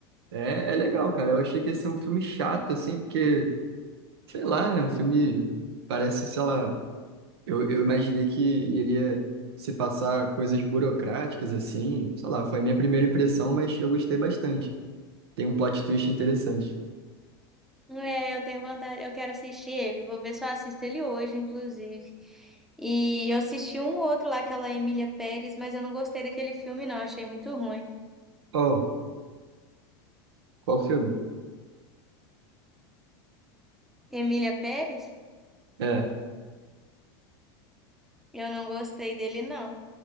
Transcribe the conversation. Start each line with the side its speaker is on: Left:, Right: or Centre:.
Right: É, é legal, cara. Eu achei que ia ser um filme chato, assim, porque, sei lá, né? Um filme parece, sei lá. Eu, eu imaginei que iria se passar coisas burocráticas, assim. Sei lá, foi a minha primeira impressão, mas eu gostei bastante. Tem um plot twist interessante.
Centre: É, eu tenho vontade, eu quero assistir ele. Vou ver se eu assisto ele hoje, inclusive. E eu assisti um outro lá, aquela Emília Pérez, mas eu não gostei daquele filme, não. Achei muito ruim.
Right: Oh, qual filme?
Centre: Emília Pérez?
Right: É.
Centre: Eu não gostei dele, não.